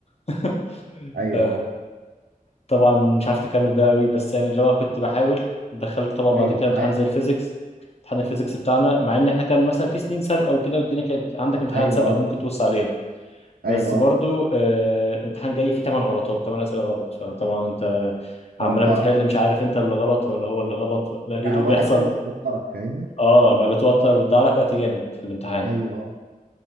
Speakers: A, on the left; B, on the right.
A: <laughs>
B: ايوه
A: ف- طبعا مش عارف تكمل بقى قوي بس يعني اللي هو كنت بحاول دخلت طبعا بعد
B: ايوه
A: كده
B: بتع...
A: امتحان زي الفيزيكس امتحان الفيزيكس بتاعنا مع ان احنا كان مثلا في سنين سابقه وكده والدنيا كانت عندك امتحانات
B: ايوه
A: سابقه ممكن توص عليها بس
B: ايوه
A: برضو آه، امتحان جاي فيه 8 غلطات 8 اسئله غلط فطبعا انت
B: توترك
A: عماله بتحل مش عارف انت اللي غلط ولا هو اللي غلط ولا ايه
B: لا
A: اللي
B: هو
A: بيحصل
B: الاسئله دي توترك فاهمني
A: اه ما بتوتر وتضيع لك وقت جامد في الامتحان
B: ايوه